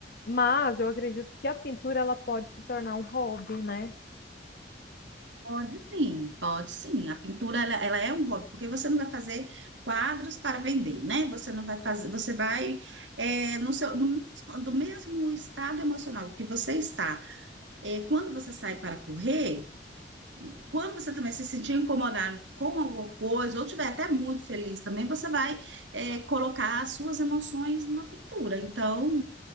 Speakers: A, on the left (about 55°); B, on the right (about 85°).
A: Mas eu acredito que a pintura, ela pode se tornar um hobby, né?
B: Pode sim, pode sim. A pintura ela, ela é um hobby, porque você não vai fazer quadros para vender, né? Você não vai fazer, você vai é, no seu no, mesmo- do mesmo estado emocional que você está. É, quando você sai para correr, quando você também se sentir incomodado com alguma coisa, ou estiver até muito feliz também, você vai é, colocar as suas emoções numa pintura. Então,